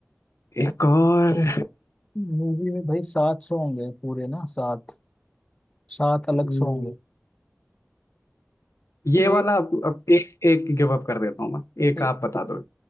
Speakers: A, on the left; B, on the left.
A: एक और
B: मूवी में भाई सात सौ होंगे पूरे ना सात सात
A: हम्म,
B: अलग सौ होंगे
A: ये
B: ये
A: वाला अब, अब एक एक गिव अप कर देता हूँ मैं एक
B: ये-
A: आप बता दो